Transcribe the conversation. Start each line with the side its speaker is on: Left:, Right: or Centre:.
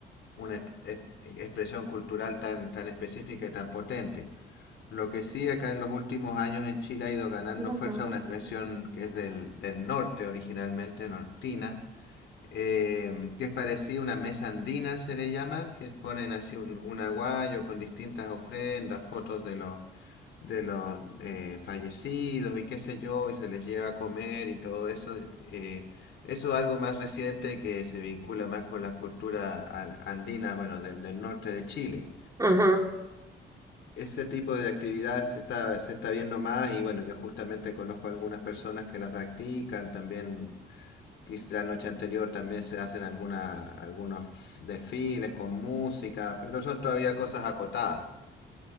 Left: una ex- ex- expresión cultural tan, tan específica y tan potente. Lo que sí acá en los últimos años en Chile ha ido ganando
Right: No
Left: fuerza
Right: tengo
Left: una expresión
Right: que
Left: que es del, del norte originalmente, nortina, em, que es parecida a una mesa andina, se le llama, que es- ponen así un, un aguayo con distintas ofrendas, fotos de los, de los eh, fallecidos y qué sé yo, y se les lleva a comer y todo eso, eh, eso es algo más reciente que se vincula más con las culturas a- andinas, bueno, del, del norte de Chile.
Right: Ajá.
Left: Ese tipo de actividad se está, se está viendo más y bueno, yo justamente conozco algunas personas que la practican, también quizá la noche anterior también se hacen alguna, algunos desfiles con música, pero son todavía cosas acotadas.